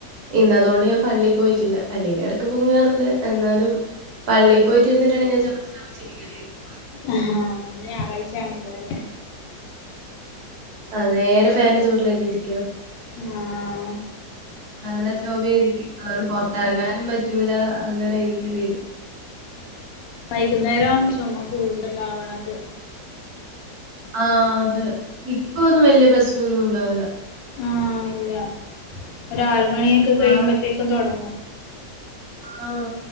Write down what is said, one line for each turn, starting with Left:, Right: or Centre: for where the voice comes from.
Right: ഇന്ന് അതോണ്ട് ഞാൻ പള്ളി പോയിട്ടില്ല അല്ലേല്ലും എടക്ക് മുങ്ങാറുണ്ട് എന്നാലും പള്ളി പോയിട്ട് ഇരിന്നിട്ടേല് ഞാൻ ചൊമച്ച് ചൊമച്ച് ഇങ്ങനെയിരിക്കും
Left: ആഹ് ഹാ ഇന്ന് ഞായറാഴ്ചയാണല്ലോ അല്ലേ
Right: ആഹ് ആഹ് നേരെ ഫാന്റെ ചോട്ടിലായിട്ട് ഇരിക്കോ
Left: ആഹ്
Right: നല്ല ചൊമേരിക്കും അതോണ്ട് പൊറത്തറങ്ങാനും പറ്റൂല അങ്ങനെ ഇരിക്കേണ്ടി വരും
Left: വൈകുന്നേരം ചൊമ കൂടുതലാവ്ണത്
Right: ആഹ് അത് ഇപ്പ ഒന്നും വെല്ല്യ പ്രശ്നൊന്നും ഇണ്ടാവുല്ല
Left: ആഹ് ഇല്ല ഒരു ആറ് മണിയെക്കെ കഴിയുമ്പത്തേക്കും
Right: ആ
Left: തൊടങ്ങും
Right: ആഹ്